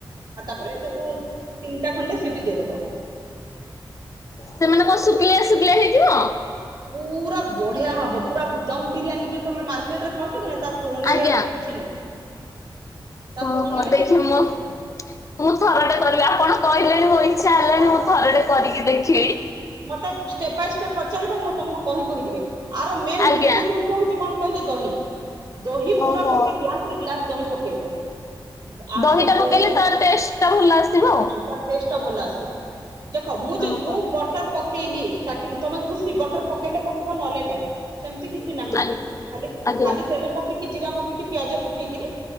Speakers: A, on the right; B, on the left.
A: ଆଉ ତାପରେ ତାକୁ ତିନିଟା ଖଣ୍ଡେ ସିଠି ଦେଇଦବ
B: ସେମାନେ କଣ ଶୁଖିଲଆ ଶୁଖିଲଆ ହେଇଯିବ
A: ପୁରା ବଢ଼ିଆ ହବ ପୁରା ଦମ ବିରିୟାନୀ ଯୋଉ ତମେ ମାର୍କେଟ ରେ ଖାଉଛ କି ନା ତା ତୁଳନାରେ
B: ଆଜ୍ଞା
A: ଏଟା କିଛି ନୁହଁ ତା
B: ଓହୋ
A: ତୁଳନାରେ ଏଟା
B: ଦେଖି
A: କିଛି
B: ମୋ
A: ନାହିଁ
B: ମୁଁ ଥରଟେ କରିବି ଆପଣ କହିଲେଣି ମୋ ଇଚ୍ଛା ହେଲେଣି
A: ହଁ।
B: ମୁଁ ଥରଟେ କରିକି ଦେଖିଲି
A: ମତେ ଷ୍ଟେପ ବାଇ ଷ୍ଟେପ୍ ପଚାରିବ ମୁଁ ତମକୁ କହି କହି ଯିବେ ଆର ମେନ୍
B: ଆଜ୍ଞା
A: ମୁଖ୍ୟ ଜିନିଷ ହଉଛି କଣ କହିଲେ ଦହି ଦହି ପୁରା
B: ଓହୋ
A: ଗୋଟେ ଗ୍ଲାସରେ ଗ୍ଲାସ ଦହି ପକେଇବ ଆ
B: ଦହିଟା
A: ଦହି
B: ପକେଇଲେ
A: ତା
B: ତାର ଟେଷ୍ଟ ଟା ଭଲ ଆସିବ ଆଉ
A: ଟେଷ୍ଟ ଭଲ ଆସିବ ଦେଖ ମୁଁ ଯେ
B: ଓହୋ
A: ମୁଁ ବଟର ପକେଇଲି ଷ୍ଟାଷ୍ଟିଙ୍ଗ ତମେ ଖୁସି ବଟର ପକେଇଲେ ପକେଇବ ନହଲେ ନାହିଁ ସେମିତି କିଛି ନାହିଁ
B: ଆଜ୍ଞା।
A: ଖାଲି ଖାଲି ତେଲ ପକେଇକି ଜିରା ପକେଇକି ପିଆଜ ପେକେଇକି ପକେଇକରି